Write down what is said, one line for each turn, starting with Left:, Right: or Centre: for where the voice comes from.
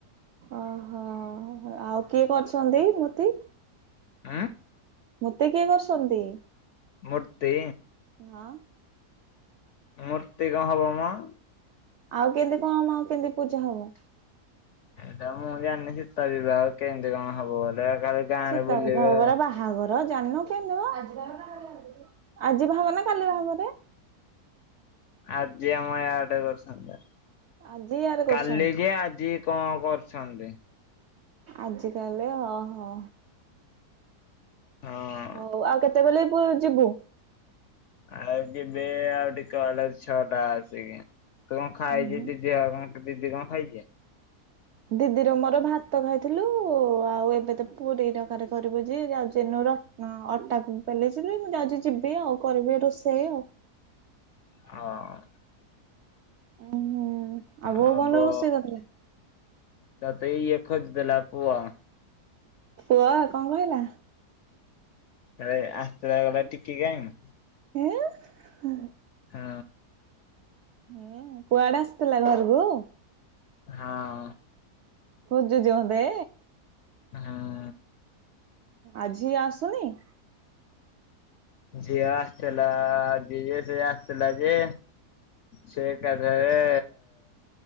Right: ଓହୋ ଆଉ କିଏ କରିଛନ୍ତି ମୋତି?
Left: ଉଁ
Right: ମୂର୍ତ୍ତି କିଏ କରିଛନ୍ତି?
Left: ମୂର୍ତ୍ତି
Right: ହଁ।
Left: ମୂର୍ତ୍ତି କଣ ହବ ମ?
Right: ଆଉ କେମିତି କଣ ଆଉ କେମିତି ପୂଜା ହବ।
Left: ଏଟା ମୁଁ ଜାଣିନି ସୀତା ବିବାହ କେମିତି କଣ ହବ ବଲେ ଖାଲି ଗାଁରେ
Right: ସୀତା
Left: ବୁଲିବେ।
Right: ବିବାହ ବୋଲେ ବା ବାହାଘର ଜାନୁ କେମିତି ମ ଆଜି ବାହାଘର ନା କାଲି ବାହାଘରେ?
Left: ଆଜି ଆମ ଆଡେ କରିସନ୍ତି,
Right: ଆଜି ୟାର କରୁଛନ୍ତି
Left: କାଲି କି ଆଜି କଣ କରୁଛନ୍ତି?
Right: ଆଜି ତାହେଲେ ଓ ହୋ।
Left: ହଁ।
Right: ହଉ ଆଉ କେତେବେଲେ ପୁ ଯିବୁ?
Left: ଆଉ ଯିବି ଆଉ ଟିକେ ବେଲେ ଛଅ ଟା ଆସିକି ତୁ କଣ ଖାଇଚୁ
Right: ହୁଁ।
Left: ଦିଦି ଆଉ କଣ। ଦିଦି କଣ ଖାଇଛି?
Right: ଦିଦିର ମୋର ଭାତ ଖାଇଥିଲୁ ଆଉ ଏବେ ତ ପୁରୀ ତରକାରୀ କରିବୁ ଯେ ଯାଉଚି ଯେନୁ ର ହଁ ଅଟା ବେଲି ଚିଲି ମୁଁ ଯାଉ ଯିବି ଆଉ କରିବି ରୋଷେଇ ଆଉ।
Left: ହଁ।
Right: ଉୁଁ ହୁଁ
Left: ଆଉ
Right: ବୋଉ କଣ
Left: ବ,
Right: ରୋଷେଇ କରିଥିଲା?
Left: ତତେ ଇଏ ଖୋଜୁଥିଲା ପୁଅ।
Right: ପୁଅ କଣ କହିଲା?
Left: ନାଁଏ ଆସିଥିଲା କହିଲା ଟିକି କାଇଁ?
Right: ଏଁ ହେଁ
Left: ହଁ।
Right: ହୁଁ କୁଆଡେ ଆସିଥିଲା ଘରୁକୁ?
Left: ହଁ।
Right: ଖୋଜୁଛି ମତେ?
Left: ହଁ।
Right: ଆଉ ଝିଅ ଆସୁନି?
Left: ଝିଅ ଆସିଥିଲା ଝିଅ ସେ ଆସିଥିଲା ଯେ ସେ ଏକାଥରେ